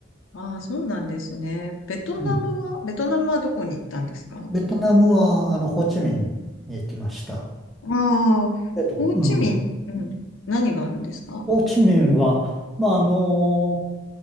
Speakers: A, on the left (about 80°); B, in the centre.
A: ああ、そうなんですね。ベトナムは、
B: うん。
A: ベトナムはどこに行ったんですか
B: ベトナムは、あの、ホーチミンに行きました。
A: ああ、
B: えっと、
A: ホーチミン、
B: うん。
A: うん、何があるんですか
B: ホーチミンは、まあ、あの